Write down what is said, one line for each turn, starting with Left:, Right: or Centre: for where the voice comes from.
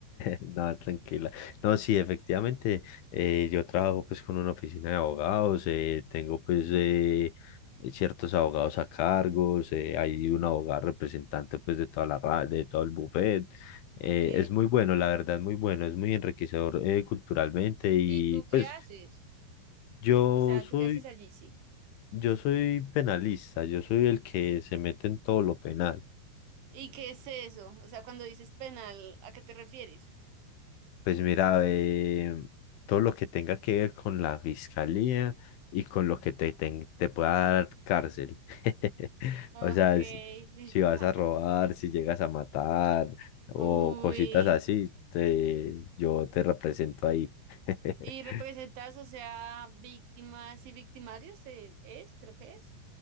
Left: No, tranquila. No, sí, efectivamente, eh, yo trabajo pues con una oficina de abogados, eh, tengo pues eh, ciertos abogados a cargos, eh, hay un abogado representante pues de toda la ra- de todo el buffet. Eh,
Right: Ok,
Left: es muy bueno, la verdad, muy bueno, es muy enriquecedor eh, culturalmente y
Right: ¿y tú
Left: pues
Right: qué haces?
Left: yo
Right: O sea, ¿tú
Left: soy,
Right: qué haces allí? Sí.
Left: yo soy penalista, yo soy el que se mete en todo lo penal.
Right: ¿Y qué es eso? O sea, cuando dices penal, ¿a qué te refieres?
Left: Pues mira, eh, todo lo que tenga que ver con la fiscalía y con lo que te, ten- te pueda dar cárcel. <laughs>
Right: Ok.
Left: O sea, es-
Right: <laughs>
Left: si vas a robar, si llegas a matar o
Right: Uy.
Left: cositas así, te, yo te represento ahí. <laughs>
Right: ¿Y representas, o sea, víctimas y victimarios? eh, ¿Es? Creo que es.